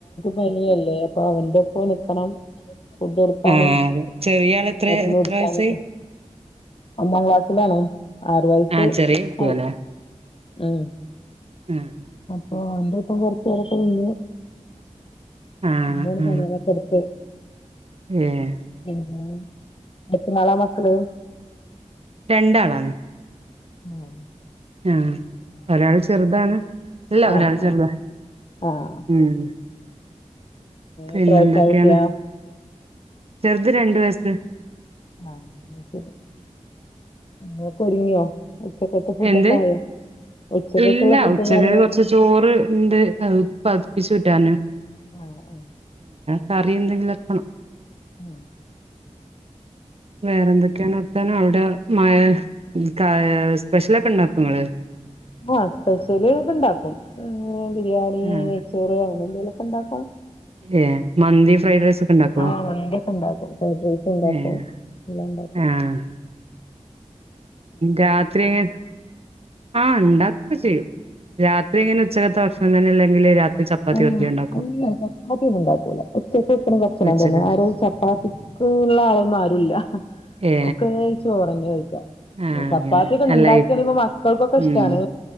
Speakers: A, on the left; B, on the right.
A: ബലിയല്ലേ അപ്പൊ അവന്റെ ഒപ്പോ നൽക്കണം ഫുഡ് എടുക്കാനും
B: ആഹ് അതെ ചെറിയ ആള് എത്ര
A: മരുന്ന്
B: എത്ര
A: കൊടുക്കാനുംക്കെ
B: വയസ്സായി
A: ഒന്നാം ക്ലാസ്സിലാണ് ആറു വയസ്
B: ആഹ് ചെറിയ കുട്ടിയാല്ലേ
A: ആയി ഉ
B: ഉം
A: ഓ അവന്റെ ഇപ്പം കൊറച്ച പേരൊക്കെ നിന്നു
B: ആഹ്
A: അങ്ങെ പണികളൊക്കെ എടുത്ത്
B: ഏഹ്
A: പിന്നെ എത്ര ആളാ മക്കള്
B: രണ്ടാളാണ്
A: ആഹ
B: ആഹ ഒരാൾ ചെറുതാണ് ഇല്ല
A: ആഹ്
B: ഒരാൾ ചെറുതാ
A: ആഹ് ആഹ്
B: ഉം പിന്നെന്തൊക്കെയാണ്
A: എത്ര വയസായ കുട്ടിയാ
B: ചെറുത് രണ്ടു വയസ്
A: ആഹ എന്ന ശരി അ ഒരുങ്ങിയോ ഉച്ചക്കൽത്ത ഫുഡൊക്കെ
B: എന്ത്
A: ആയോ ഉച്ചക്കൊക്കെയുള്ള
B: ഇല്ല
A: ഫുഡും
B: ഉച്ചക്ക്
A: കാര്യങ്ങളൊക്കെ
B: കൊറച്ച്ചോറ് ഉണ്ട് അത് പതിപ്പിച്ചു ഉറ്റാന്
A: ആഹ ആഹ
B: കറി എന്തെങ്കിലും വെക്കണോ
A: ഉ
B: വേറെ എന്തൊക്കെയ വർത്താനം അവിടെ മഴയ സ്പെഷ്യലൊക്കെ ഉണ്ടാക്കും നിങ്ങള്
A: ആ സ്പെഷ്യലിക്കെ ഇണ്ടാക്കും ബിരിയാണി
B: ആഹ്
A: നെയ്ച്ചോറ് അങ്ങനെ എന്തെങ്കിലുംക്കെ ഇണ്ടാക്കും
B: ഏഹ് മന്തി ഫ്രൈഡ് റൈസ് ഒക്കെ ഇണ്ടാക്കോ
A: ആഹ മന്തിയൊക്കെ ഉണ്ടാക്കുംഫൈഡ്രസ് ഉണ്ടാക്കും
B: ഏഹ്
A: എല്ലാണ്ടാക്ക
B: ആഹ് രാത്രി അങ്ങെ ആ ഉണ്ടാക്കെ ചെയ്യും രാത്രി ഇങ്ങനെ ഉച്ചകത്തെ ഭക്ഷണം തന്നെ അല്ലെങ്കിൽ രാത്രി ചപ്പാത്തി
A: ആഹ്
B: ഒത്തി ഉണ്ട
A: അല്ല ചപ്പാത്തിയ ഒന്നും ഉണ്ടാക്കൂല ഒച്ചക്കക്ക ഭക്ഷണം
B: ഉച്ചക്ക്
A: തന്നെ ആ ഒരു ചപ്പാത്തിക്ക് ഉള്ള ആളന്ന ആരൂലഒക്കെ
B: ഏ
A: ചോറന്നെ കഴിക്കാ
B: ആ അങ്ങനെ
A: ചപ്പാത്തിയൊക്കെ
B: അല്ല
A: ഇണ്ടാക്കിയാൽ ഇപ്പൊ മക്കൾക്കൊക്കെ
B: ഉം
A: ഇഷ്ടാണ്